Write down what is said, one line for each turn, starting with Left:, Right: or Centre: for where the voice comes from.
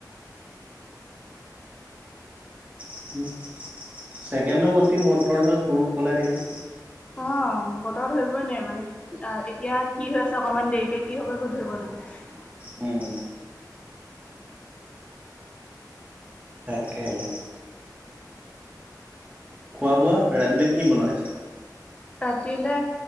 Right: ছেকেণ্ডৰ গতি বতৰটোৱে ৰূপ সলাই থাকে
Left: অ বতৰ ধৰিবই নাই মানে অ এতিয়া কি হৈ আছে অকনমান দেৰিকে কি হব একো ধৰিব নে
Right: উম
Left: সতি
Right: তাকেই খোৱা বোৱা ৰাতিলে কি বনাই
Left: ৰাতিলে